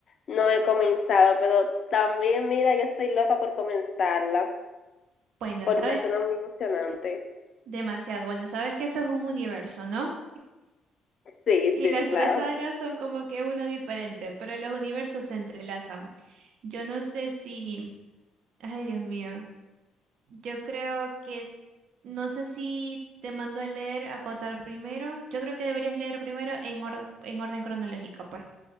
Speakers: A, on the left; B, on the right.
A: no he comenzado. Pero también, mira, yo estoy loca por comenzarla
B: Bueno,
A: porque
B: sabes
A: suena muy emocionante.
B: demasiado. Bueno, sabes que eso es un universo, ¿no?
A: Sí,
B: Y
A: sí,
B: las
A: claro.
B: tres sagas son como que uno diferente, pero los universos se entrelazan. Yo no sé si... Ay, Dios mío. Yo creo que... No sé si te mando a leer Acotar primero. Yo creo que deberías leer primero en, or- en orden cronológico, pues.